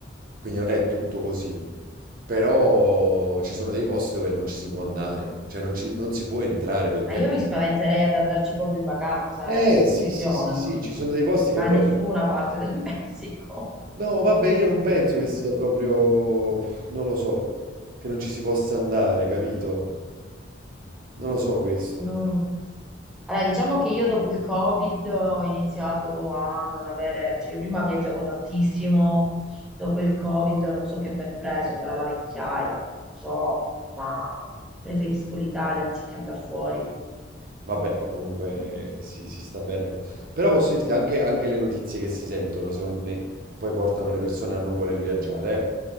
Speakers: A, on the right; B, in the centre.
A: Quindi non è tutto così. Però ci sono dei posti dove non ci si può andare, cioè non, ci- non si può entrare perché...
B: Ma io mi spaventerei ad andarci proprio in vacanza,
A: Eh,
B: eh. Attenzione,
A: sì, sì, sì, sì,
B: non...
A: ci sono dei posti
B: mai
A: che proprio...
B: nessuna parte del <laughs> Messico.
A: No, vabbè, io non penso che sia proprio... non lo so, che non ci si possa andare, capito? Non lo so questo.
B: Non- Allora, diciamo che io dopo il Covid ho iniziato a non avere, cioè io prima viaggiavo tantissimo, dopo il Covid non so che mi è preso, sarà la vecchiaia, non lo so, ma preferisco l'Italia anziché andare fuori.
A: Vabbè, comunque
B: Mm.
A: si, si sta bene qua. Però posso dirti anche, anche le notizie che si sentono, secondo me, poi portano le persone a non voler viaggiare, eh.